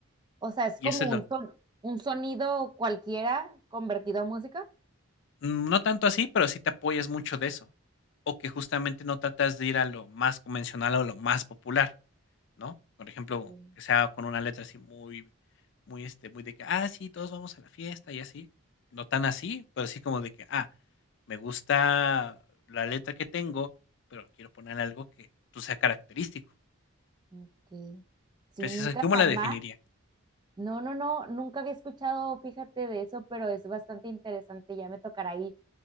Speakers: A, on the right (about 20°); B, on the left (about 55°).
A: O sea, es
B: Y
A: como
B: eso es
A: un
B: lo
A: son- un sonido cualquiera convertido a música.
B: mm, No tanto así, pero sí te apoyas mucho de eso. O que justamente no tratas de ir a lo más convencional o lo más popular, ¿no? Por ejemplo,
A: Mm,
B: que sea con una letra así muy, muy, este, muy de que, ah, sí, todos vamos a la fiesta y así. No tan así, pero sí como de que, ah, me gusta la letra que tengo, pero quiero poner algo que pues, sea característico.
A: Ok. Sí,
B: Gracias
A: nunca
B: a ¿cómo
A: jamás.
B: la definiría?
A: No, no, no, nunca había escuchado, fíjate de eso, pero es bastante interesante. Ya me tocará ahí